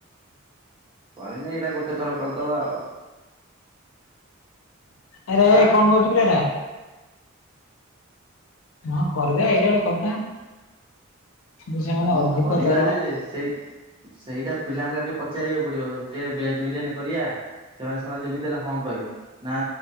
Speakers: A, on the right (about 25°); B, on the left (about 75°).
A: କରିନି ଏଇଟା ଗୋଟେ ଥର କରିଦବା ଆଉ।
B: ଆରେ ଏ
A: ଆଁ
B: କଣ କରୁଛୁ କିରେ ଏରା? ହଁ କରିଦେ ଏଇଟା ଗୋଟେ କଥା। ଯେ ସେମାନେ
A: ହୁଁ
B: ଅଧିକ
A: କରିବା
B: ଦର
A: ଯେ ସେଇ ସେଇଟା ପିଲାଙ୍କୁ ଆଗେ ପଚାରିବାକୁ ପଡିବ କି ଭେଜ ବିରିୟାନୀ କରିବା ସେମାନେ ସେମାନେ ଯେମିତି ହେଲେ ହଁ କହିବେ। ନା